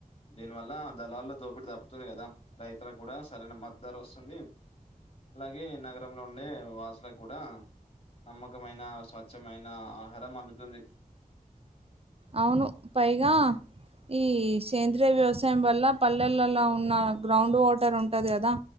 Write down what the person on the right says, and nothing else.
అవును పైగా ఈ సేంద్రీయ వ్యవసాయం వల్ల పల్లెలలో ఉన్న గ్రౌండ్ వాటర్ ఉంటది కదా